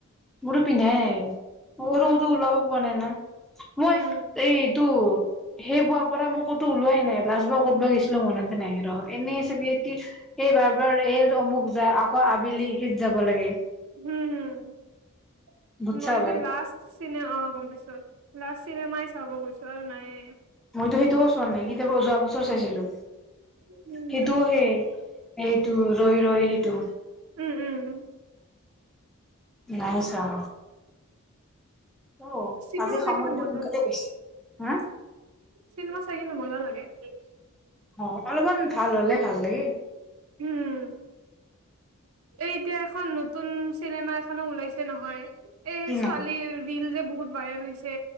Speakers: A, in the centre; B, on the right.
A: মোৰো পিন্ধাই নাইটো,
B: উম
A: ওলাব পৰা নাই না মই
B: উম
A: এইটো সেই বোৱাৰ পৰা মো টো ওলোৱাই নাই। লাষ্ট বাৰ ক'ত বা গৈছিলো মনতে নাই ৰ। এনেই চাগে এই বাৰ বাৰ এই অমুক যায় আকৌ <unintelligible> লাগে
B: হম, হম।
A: বুজছা
B: মইযোৰ
A: বাই
B: লাষ্ট চিনে, অ, গম পাইছো। লাষ্ট চিনেমাই চাব গৈছো আৰু নাইয়ে।
A: মইতো সেইটোও চোৱা নাই, কেতিয়াবা যোৱা বচ চাইছিলো,
B: উম
A: সেইটোও
B: উম
A: সেই এইটো ৰৈ ৰৈ সেইটো।
B: উম, উম, উম।
A: নাই চোৱা। অ
B: চিনেমা
A: আজি সামৰিটো
B: চাই কিনে মজা,
A: সোনকালে গৈছে হা
B: চিনেমা চাই কিনে মজা লাগে। <unintelligible>
A: অ', অলপমান ভাল হলে ভাল লাগে।
B: উম, এইতিয়া এখন নতুন চিনেমা এখনো ওলাইছে নহয়! এই
A: কি
B: ছোৱালী
A: নাম
B: ৰিল যে বহুত ভাইৰেল হৈছে